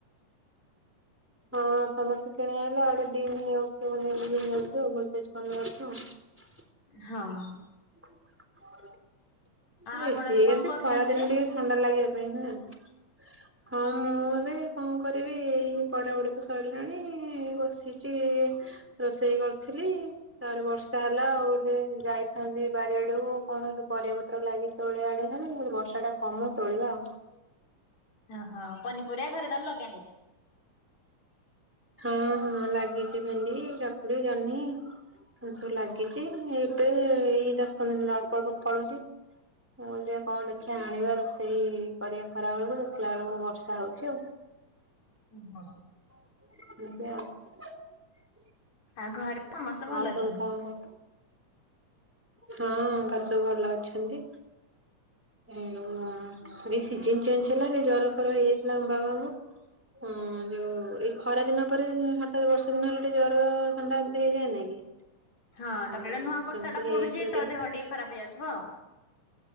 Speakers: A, in the centre; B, on the left.
A: ହଁ ସମସ୍ତେ କିଣି ଆଣିଲେ ଆଉ ଆଡ଼େ ଡିମ୍ ହେଯାଉଚୁ <inaudible> ଇଏ ହେଇଯାଉଚୁ ଭୋଲ୍ଟେଜ କମି ଯାଉଛୁ।
B: ହଁ।
A: <inaudible>
B: ଆପଣ
A: ଏସି
B: ଏବେ
A: ଏଇଆ
B: କଣ
A: ସେ
B: କରୁଛନ୍ତି
A: ଖରା ଦିନେ
B: ଯେ?
A: ଟିକେ ଥଣ୍ଡା ଲାଗି <inaudible> ହଁ ମୁଁ ଏବେ କଣ କରିବି ଏଇ ପଢାପଢି ତ ସରିଲାଣି ବସିଛି ରୋଷେଇ କରୁଥିଲି ତାପରେ ବର୍ଷା ହେଲା ଆଉ ଗୋଟେ ଯାଇଥାନ୍ତି ବାରିଆଡୁକୁ କଣ ଗୋଟିଏ ପରିବା ପ୍ରଲାଗି ତୋଳି ଆଣିବେ ନେଇଁ ବର୍ଷାଟା ଥମୁ ତୋଳିବା ଆଉ।
B: ଅହ ପନିପରିବା ଘରେ ତ ଲଗ
A: ହଁ। ହଁ ଲାଗିଛି ଭେଣ୍ଡି, କାକୁଡି, ଜହ୍ନି ଏ ସବୁ ଲାଗିଛି ଏବେ ଏଇ ଦଶ ପନ୍ଦର ଦିନ ଅଳ୍ପ ଅଳ୍ପ ଫଳୁଛି ମୁଁ କହିଲି ଯିବା କଣ ଦେଖିବା ଆଣିବା ରୋଷେଇ କରିବା ଖରା ବେଳକୁ ଦେଖିଲା ବେଳକୁ ବର୍ଷା ହଉଛି ଆଉ।
B: ଓହୋ।
A: <inaudible>
B: ଆ ଘରେ ସମସ୍ତେ ଭଲ
A: ଆଉ ସବୁ
B: ଅଛନ୍ତି।
A: କଣ କହ ହଁ ଘରେ ସବୁ ଭଲ ଅଛନ୍ତି। <inaudible> ସିଜନ ଚେଞ୍ଜ ହେଲା ଏବେ ଜର ଫର ହେଇଯାଇଥିଲା ଆମ ବାବାଙ୍କୁ ଯୋଉ ଏଇ ଖରା ଦିନ ପରେ ହଠାତ୍ ବର୍ଷା ଦିନ ହେଲା ଟିକେ ଜର ଥଣ୍ଡା ହେଇଯାଏନା କି
B: ହଁ
A: ଆଉ
B: ତାପରେ ଏଟା ନୂଆ ବର୍ଷାଟା
A: ସେମିତି ହେଇଯାଇଥିଲା
B: ପଡୁଚି ତ ଦେହ ଟିକେ ଖରାପ ହେଇଯାଉଥୁବ ଆଉ।